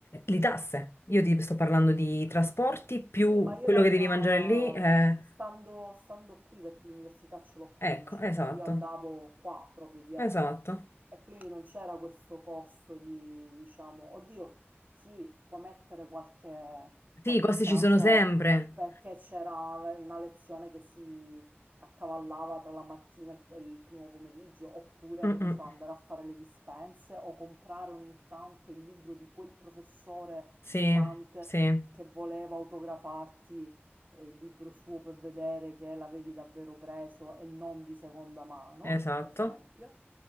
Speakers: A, on the left (about 70°); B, on the right (about 40°).
A: Le tasse, io ti sto parlando di trasporti più
B: Sì, ma io
A: quello
B: non,
A: che devi
B: eh,
A: mangiare lì, eh,
B: stando, stando qui, perché l'università ce l'ho qui
A: Ecco,
B: in città,
A: esatto,
B: io andavo qua proprio dietro
A: esatto.
B: e quindi non c'era questo costo di, diciamo, oddio, sì, puoi mettere qualche, qualche
A: Sì, i costi
B: pranzo
A: ci sono sempre.
B: perché c'era una lezione che si accavallava tra la mattina e il e il primo pomeriggio, oppure,
A: Mm-mm.
B: che ne so, andare a fare le dispense o comprare ogni tanto il libro di quel professore
A: Sì,
B: pesante
A: sì,
B: che voleva autografarti eh, il libro suo per vedere che l'avevi davvero preso e non di seconda mano,
A: esatto,
B: per esempio.